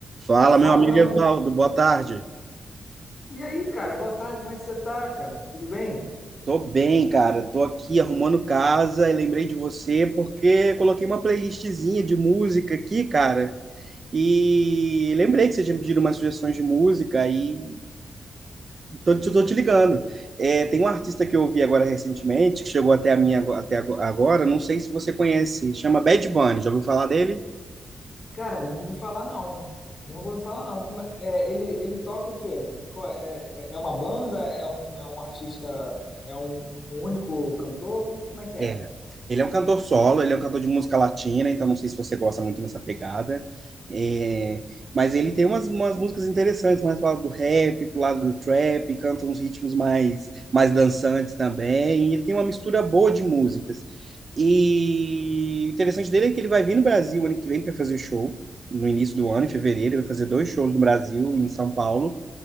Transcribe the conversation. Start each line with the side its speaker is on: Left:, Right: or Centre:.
Right: Fala,
Left: Fala,
Right: meu amigo
Left: meu amigo.
Right: Evaldo, boa tarde.
Left: E aí, cara, boa tarde, como é que você tá, cara? Tudo bem?
Right: Tô bem, cara. Tô aqui arrumando casa e lembrei de você porque coloquei uma playlistzinha de música aqui, cara. E lembrei que você tinha pedido umas sugestões de música e tô, te- tô te ligando. É, tem um artista que eu ouvi agora recentemente, que chegou até a minha ago- até ago- agora, não sei se você conhece, chama Bad Bunny. Já ouviu falar dele?
Left: Cara, nunca ouvi falar, não. Nunca ouvi falar, não. Como é... é, ele, ele toca o quê? Qual é, é é uma banda? É um, é um artista? É um, um único cantor? Como é que é?
Right: É. Ele é um cantor solo, ele é um cantor de música latina, então não sei se você gosta muito dessa pegada. É, mas ele tem umas, umas músicas interessantes, mais pro lado do rap, pro lado do trap, canta uns ritmos mais, mais dançantes também, e tem uma mistura boa de músicas. E o interessante dele é que ele vai vir no Brasil ano que vem para fazer show, no início do ano, em fevereiro, ele vai fazer dois shows no Brasil, em São Paulo.